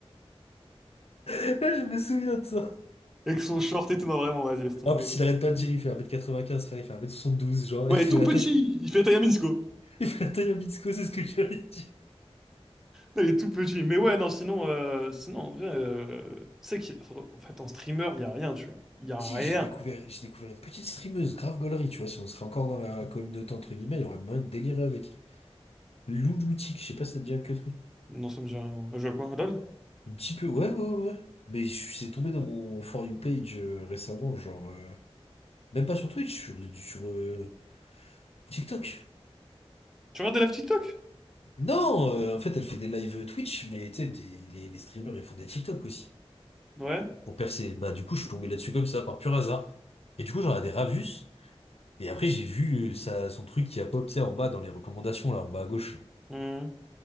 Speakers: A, on the left (about 65°); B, in the centre.
A: <laughs> Je me souviens de ça.
B: <laughs> avec son short et tout, non, vraiment, vas-y, laisse tomber.
A: En plus, il arrête pas de dire, il fait 1m95, frère, il fait 1m72, genre,
B: Ouais,
A: il fait
B: il est tout
A: la
B: petit,
A: taille,
B: il fait la taille à Minsko.
A: il fait la taille à Mitsuko, c'est ce que j'allais dire.
B: Non, il est tout petit. Mais ouais, non, sinon, euh, sinon en vrai, euh, tu sais qu'en fait, en streamer, il y a rien, tu vois. Il y a
A: Si,
B: rien.
A: j'ai découvert, j'ai découvert une petite streameuse, grave gaulerie, tu vois, si on serait encore dans la communauté, entre guillemets, il y aurait moyen de délirer avec. Louloutique, je sais pas si ça te dit quelque chose.
B: Non, ça me dit rien. moi. Je vois quoi, LOL?
A: Un petit peu, ouais, ouais, ouais. ouais. Mais je suis tombé dans mon For You page euh, récemment, genre, euh, même pas sur Twitch, sur, sur, euh, TikTok.
B: Tu regardes de la TikTok?
A: Non, euh, en fait, elle fait des lives Twitch, mais tu sais, des- les, les streamers, ils font des TikTok aussi.
B: Ouais.
A: pour percer. Bah, du coup, je suis tombé là-dessus comme ça, par pur hasard. Et du coup, j'en ai des Ravus. Et après, j'ai vu euh, ça, son truc qui a pop, tu sais, en bas dans les recommandations, là, en bas à gauche. là.
B: Hmm.